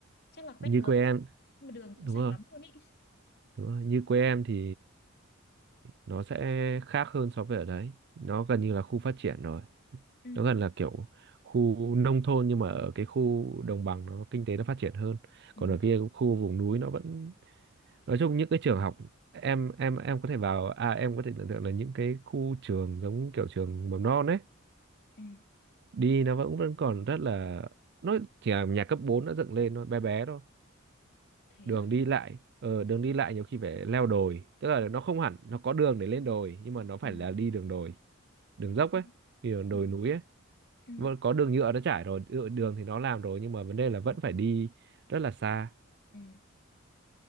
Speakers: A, on the left; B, on the right.
A: chắc là
B: như
A: quét đường
B: quê em
A: chắc- nhưng mà đường cũng
B: đúng
A: sạch
B: rồi
A: lắm luôn ý
B: đúng rồi như quê em thì nó sẽ khác hơn so với ở đấy nó gần như là khu phát triển rồi
A: ừ
B: nó gần là kiểu khu nông thôn nhưng mà ở cái khu đồng bằng nó kinh tế nó phát triển hơn
A: ừ
B: còn ở kia khu vùng núi nó vẫn nói chung những cái trường học em em em có thể vào à em có thể tưởng tượng là những cái khu trường giống kiểu trường mầm non ấy
A: ừ
B: đi nó vẫn vẫn còn rất là nó chỉ là nhà cấp 4 đã dựng lên nó bé bé thôi
A: thế
B: đường
A: á
B: đi lại ờ, đường đi lại nhiều khi phải leo đồi tức là nó không hẳn nó có đường để lên đồi nhưng mà nó phải
A: ừ
B: là đi đường đồi đường dốc
A: ừ
B: ấy đi đường đồi
A: ừ
B: núi ấy
A: ừ
B: vẫn có đường nhựa nó trải rồi nhựa đường thì nó làm rồi nhưng mà vấn đề là vẫn
A: ừ
B: phải đi rất là xa
A: ừ.